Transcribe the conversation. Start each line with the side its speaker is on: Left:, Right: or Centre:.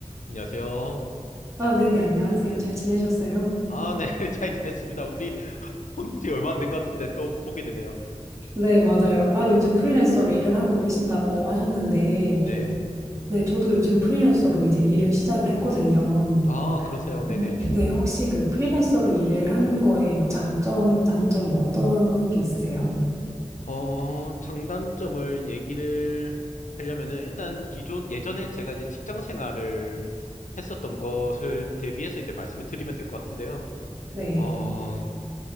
Left: 안녕하세요.
Right: 아, 네네, 안녕하세요. 잘 지내셨어요?
Left: 아, 네. <laughs> 잘 지냈습니다. 우리 본지 얼마 안 된 것 같은데 또 보게 되네요.
Right: 네, 맞아요. 아, 요즘
Left: 예,
Right: 프리랜서로 일을 하고 계신다고 하셨는데,
Left: 네.
Right: 네, 저도 요즘 프리랜서로 이제 일을 시작을 했거든요.
Left: 아, 그러세요.
Right: 네.
Left: 네네.
Right: 네, 혹시 그 프리랜서로 일을 하는 거에 뭐 장점, 단점 뭐 어떤 게 있으세요?
Left: 어, 장단점을 얘기를 하려면은 일단 기존, 예전에 제가 이제 직장 생활을 했었던 것을 대비해서 이제 말씀을 드리면 될 것 같은데요.
Right: 네.
Left: 어,